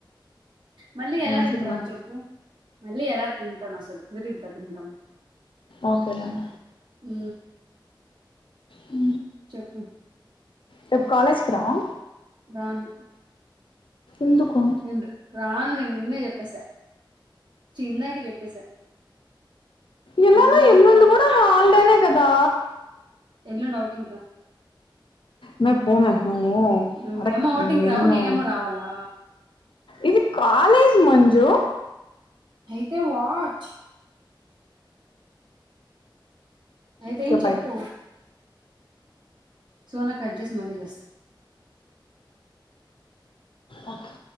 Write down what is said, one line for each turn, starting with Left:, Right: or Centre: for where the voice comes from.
Right: మళ్ళీ ఎలా
Left: మంచిదమ్మా
Right: తింటాం చెప్పు మళ్ళీ ఎలా తింటాను అసలు కుదిరిద్దా తింటాం
Left: ఓకేలామ
Right: హ
Left: ఉ
Right: చెప్పు
Left: రేపు కాలేజ్ కి రావ
Right: రాను
Left: ఎందుకు
Right: ఏం రానుం నిన్న చెప్పేసా ఇందాకే చెప్పేసా
Left: ఇలానే
Right: మళ్ళీ అడుగుతావేం
Left: ఎల్లుండి కూడా హాలిడేనే కదా
Right: ఎల్లుండు ఓటింగ్ కి
Left: మే పోమే నువ్వు
Right: నువ్వేమో
Left: అడక్
Right: ఓటింగ్
Left: విన్ను
Right: రావు నేనేమో రావాలా
Left: ఇది కాలేజ్ మంజు
Right: అయితే వాట్ ఆ అయితే
Left: ఓకే
Right: ఏం చెప్పు
Left: బాయ్
Right: సోనా కట్ చేసి మళ్లీ చేస్తా
Left: ఓకే